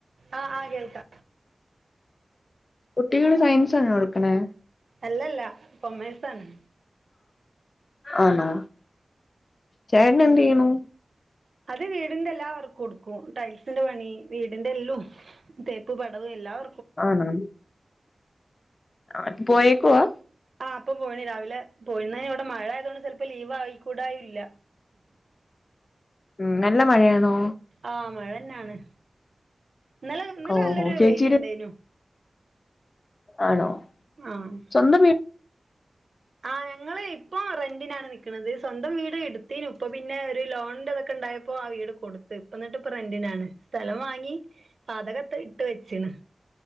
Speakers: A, on the right; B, on the left.
A: ആഹ് ആഹ് കേൾക്കാ
B: കുട്ടികള് സയൻസ്സാണോ എടുക്ക്ണേ.
A: അല്ലല്ല കൊമേയ്സാണ്.
B: ആണോ ചേട്ട്നെന്തെയ്യ്ന്നു
A: അത് വീടിന്റെ എല്ലാവർക്കും ഇട്ക്കും ടൈൽസിന്റെ പണി വീടിന്റെ എല്ലും. തേപ്പ് പടവ് എല്ലാ വ
B: ആണോ അപ്പൊ പോയേക്കുവാ.
A: ആഹ് പ്പൊ പോയിണ് രാവിലെ പോയിണ് ഞ് അവ്ടെ മഴയാതോണ്ട് ചെൽ പ്പൊ ലീവ് ആയിക്കൂടായുല്ല.
B: ഉം നല്ല മഴയാണോ.
A: ആഹ് മഴ തന്നാണ് ഇന്നലെ ഇന്നലെ
B: ഓഹോ
A: നല്ലൊരു
B: ചേച്ചിയുടെ
A: വെയ്ല്ണ്ടേയ്നു.
B: ആണോ
A: ആഹ്
B: സ്വന്തം വീ
A: ആഹ് ഞങ്ങള് ഇപ്പൊ റെന്റിനാണ് നിക്ക്ണത് സ്വന്തം വീട് ഇട്ത്തിനു ഇപ്പ പിന്നെ വര് ലോണിന്റെതൊക്കെ ഇണ്ടായ പ്പൊ ആ വീട് കൊട്ത്ത് ഇപ്പന്നിട്ട്പ്പൊ റെന്റിനാണ് സ്ഥലം വാങ്ങി പാതകംപ്പ ഇട്ട് വെച്ചിണ്